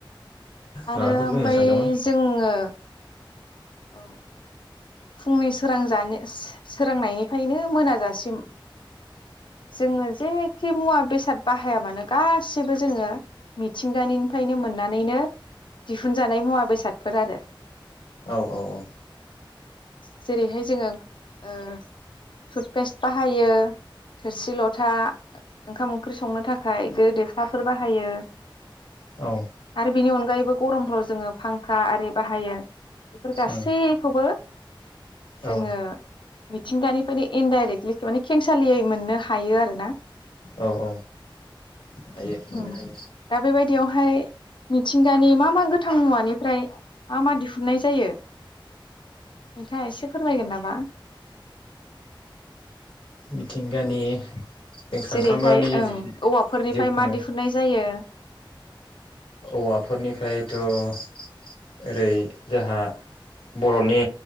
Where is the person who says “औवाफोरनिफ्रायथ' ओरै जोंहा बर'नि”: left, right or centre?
Left